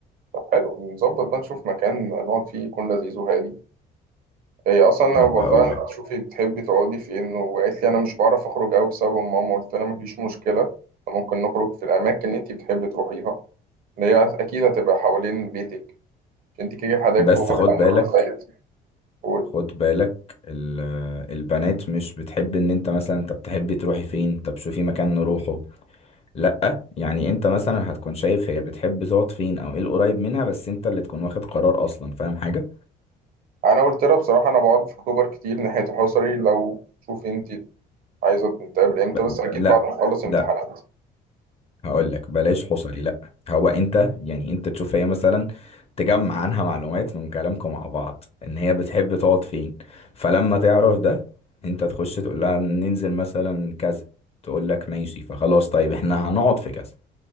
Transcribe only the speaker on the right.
حلو نظبط بقى نشوف مكان نقعد فيه يكون لذيذ وهادي هي اصلا
لو بقولها
انت
شوفي بتحبي تقعدي فين وقالت لي انا مش بعرف اخرج قوي بسبب ماما قلت لها مفيش مشكله ممكن نخرج في الاماكن اللي انت بتحبي تروحيها اللي هي اكيد هتبقى حوالين بيتك انت كده في حدائق
اكتوبر
انا
في الصعيد قول-
انا قلت لها بصراحه انا بقعد في اكتوبر كتير ناحيه الحصري لو شوفي انت عايزه نتقابل امتى
بس اكيد
بعد ما اخلص
امتحانات